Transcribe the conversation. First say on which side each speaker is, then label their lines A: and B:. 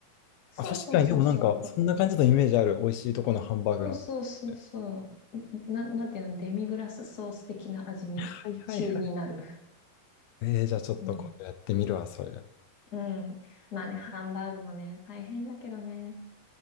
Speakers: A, on the left; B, on the left.
A: そうそうそうそうそう。
B: あ、確かに、でもなんか、そんな感じのイメージある。美味しいとこのハンバーグのソースって。
A: そうそうそうそう。な、なんていうの、デミグラスソース的な味に急になる。
B: はいはいはい。えー、じゃあちょっと今度やってみるわ、
A: うん。
B: それ。
A: <laughs> うん。まあね、ハンバーグもね、大変だけどね。